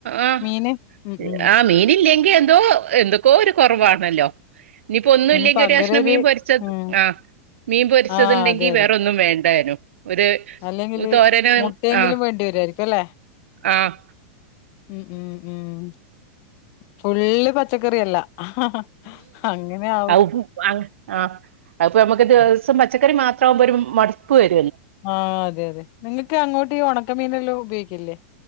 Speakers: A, on the right; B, on the left.
A: ആഹ്
B: മീന് ഉം ഉം
A: ആ മീനില്ലങ്കി എന്തോ പ്പൊ എന്തൊക്കോ ഒരു കൊറവാണല്ലോ ഇനിയിപ്പോ ഒന്നും
B: അതിന്
A: ഇല്ലെങ്കി
B: പകരം
A: ഒരു കഷ്ണം മീൻ പൊരിച്ചത്
B: ഉം
A: ആ മീൻ പൊരിച്ചത്ണ്ടെങ്കി
B: ആഹ് അതെ അതെ
A: വേറെ ഒന്നും വേണ്ടാനും. ഒരു
B: അല്ലെങ്കില്
A: തോരന്
B: മുട്ടയെങ്കിലും
A: ആഹ്
B: വേണ്ടിവരുവായിരിക്കും അല്ലേ
A: ആഹ്
B: ഉം ഉം ഉം ഫുള്ള് പച്ചക്കറിയല്ല ഹാ അങ്ങനെയാ
A: ആവുപുപ്പ് ആങ് ആ അതിപ്പം നമ്മക്ക് ദിവസം പച്ചക്കറി മാത്രമാകുമ്പോ ഒരു മടുപ്പ് വരും
B: ആ അതെ അതെ നിങ്ങക്ക് അങ്ങോട്ട് ഈ ഉണക്കമീനെല്ലാം ഉപയോഗിക്കില്ലേ